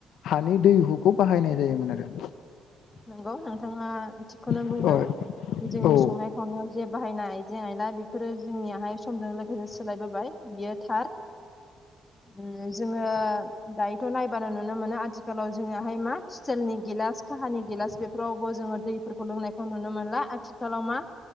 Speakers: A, on the left; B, on the left.
A: हानि दैहुखौ बाहायनाय जायोमोन आरो।
B: नंगौ नोंथांङा थिगखौनो
A: आरो
B: बुंदों। जोंनि
A: औ
B: संनाय खावनायाव जे बाहायनाय आइजें आयला बेफोरो जोंनियाहाय समजों लोगोसे सोलायबोबाय बियो थार। <inaudible> उम जोङो दायोथ' नायबानो नुनो मोनो आथिखालाव जोंनियाहाय मा सिथेलनि गिलास काहानि गिलास बेफोरावबो जोङो दैफोरखौ लोंनायखौ नुनो मोनला। आथिखालाव मा